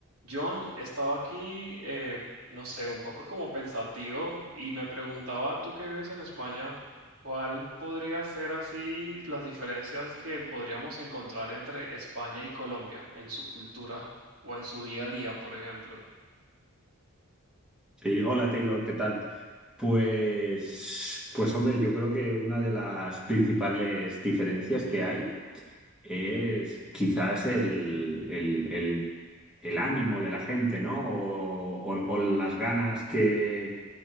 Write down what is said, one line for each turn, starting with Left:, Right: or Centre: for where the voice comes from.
Right: John, estaba aquí, eh, no sé, un poco como pensativo y me preguntaba, tú que vives en España, ¿cuál podría ser así las diferencias que podríamos encontrar entre España y Colombia en su cultura o en su día a día, por ejemplo?
Centre: Sí, hola Taylor, ¿qué tal? Pues, pues hombre, yo creo que una de las principales diferencias que hay es quizás el, el- el- el ánimo de la gente, ¿no? O, o- o las ganas que,